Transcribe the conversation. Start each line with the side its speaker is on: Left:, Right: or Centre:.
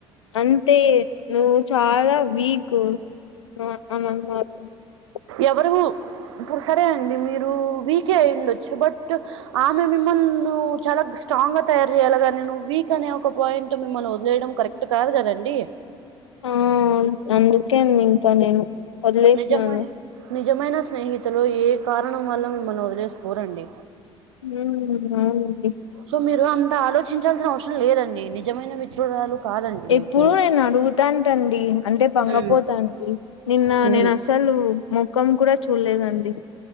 Left: అంతే నువ్వు చాలా మీకు <unintelligible>
Right: ఎవరు ఇప్పుడు సరే అండి మీరు వీకే అయిండొచ్చు బట్ ఆమె మిమ్మల్ని చాలా స్ట్రాంగ్ గా తయారు చేయాలిగాని నువ్వు వీక్ అనే ఒక పాయింట్ మిమ్మల్ని వదిలేయడం కరెక్ట్ కాదు కదండి
Left: ఆ అందుకే ఇంకా నేను వదిలేసినాను
Right: నిజమయ నిజమయన స్నేహితులు ఏ కారణం వల్ల మిమ్మల్ని వదిలేసిపోరండి
Left: ఉ అవునండి
Right: సో మీరు అంత ఆలోచించాల్సిన అవసరం లేదండి నిజమైన మిత్రురాలు కాదండి
Left: ఎప్పుడు
Right: మీకు.
Left: నేను అడుగుతాంటండి అంటే బంగపోతాంటి
Right: హ్మ్.
Left: నిన్న
Right: హ్మ్.
Left: నేను అసలు అసలు ముఖం కూడా చూడలేదండి